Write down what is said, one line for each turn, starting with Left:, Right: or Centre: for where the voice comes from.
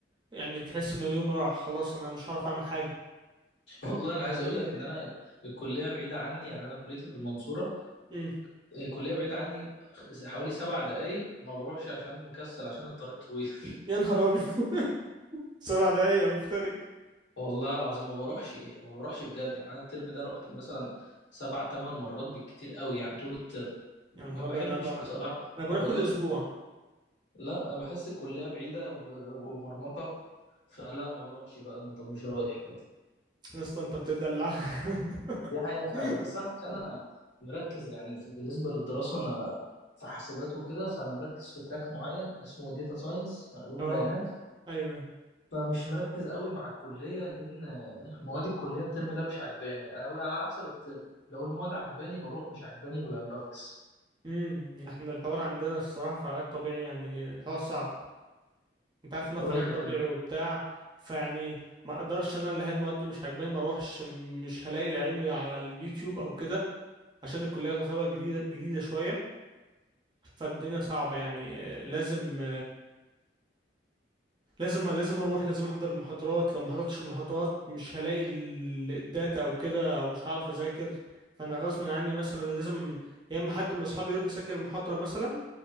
Right: يعني تحس ان اليوم راح خلاص انا مش هعرف اعمل حاجه
Left: <laughs> والله أنا
Right: فاهمني
Left: عايز أقول لك إن أنا الكلية بعيدة عني يعني أنا كليتي في المنصورة
Right: امم
Left: آه، كلية بعيدة عني خ- حوالي سبع دقايق ما بروحش عشان مكسل عشان الطريق طويل <laughs>
Right: يا نهار ابيض <laughs> سبع دقايق يا مفتري
Left: والله العظيم ما بروحش ما بروحش بجد يعني انا الترم ده رحت مثلا سبع تمن مرات بالكتير قوي يعني طول الترم ما
Right: يا نهار ابيض
Left: بحبش
Right: انا بقى
Left: بصراحة
Right: انا بروح
Left: والله
Right: كل اسبوع
Left: لا انا بحس الكلية بعيدة و- ومرمطة فلا ما بروحش بقى طب مش رايح
Right: يا اسطى انت بتدلع <laughs>
Left: دي حقيقة فعلا
Right: مم.
Left: بس أنا عشان أنا مركز يعني في- بالنسبة للدراسة أنا في حاسبات وكده فأنا مركز في تراك معين اسمه داتا ساينس علوم
Right: اه
Left: بيانات
Right: ايوه
Left: فمش مركز قوي مع الكلية لأن مواد الكلية الترم ده مش عجباني أنا أنا على حسب الترم لو المواد عجباني بروح مش عجباني ب- بفكس
Right: امم احنا الحوار عندنا الصراحه في علاج طبيعي يعني الحوار صعب انت عارف ان
Left: قول
Right: أنا في علاج
Left: لي
Right: طبيعي
Left: كده
Right: وبتاع فيعني ما اقدرش انا اللي هي المواد مش عاجباني ما اروحش م- مش هلاقي العلم على اليوتيوب او كده عشان الكليه تعتبر جديده جديده شويه فالدنيا صعبه يعني آه، لازم لازم لازم اروح لازم احضر المحاضرات لو ما حضرتش المحاضرات مش هلاقي ال- الداتا او كده او مش هعرف اذاكر فانا غصب عني مثلا لازم يا اما حد من اصحابي يروح يسجل المحاضرة مثلا